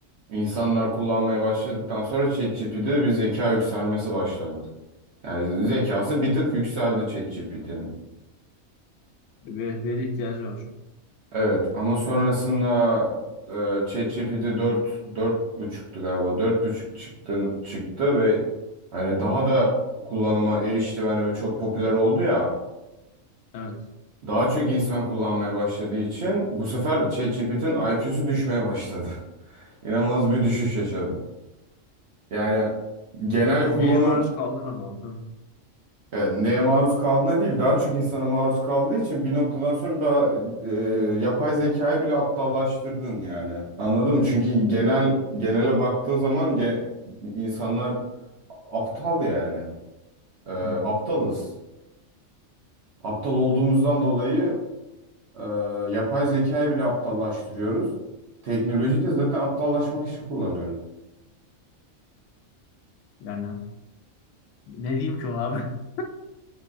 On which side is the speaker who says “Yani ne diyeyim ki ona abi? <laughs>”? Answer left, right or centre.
Left